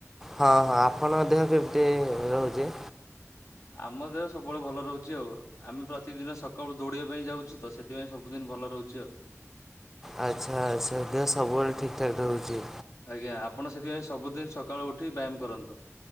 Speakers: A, in the centre; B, on the left (about 75°).
A: ହଁ ହଁ ଆପଣଙ୍କ ଦେହ କେମିତି ରହୁଛି?
B: ଆମ ଦେହ ସବୁବେଳେ ଭଲ ରହୁଛି ଆଉ। ଆମେ ପ୍ରତିଦିନ ସକାଳୁ ଦୌଡିବା ପାଇଁ ଯାଉଛୁ ତ ସେଥିପାଇଁ ସବୁଦିନ ଭଲ ରହୁଛି ଆଉ।
A: ଆଚ୍ଛା ଆଚ୍ଛା ଦେହ ସବୁବେଳେ ଠିକ୍ ଠାକ୍ ରହୁଛି।
B: ଆଜ୍ଞା ଆପଣ ସେଥିପାଇଁ ସବୁଦିନ ସକାଳୁ ଉଠି ବ୍ୟାୟାମ କରନ୍ତୁ।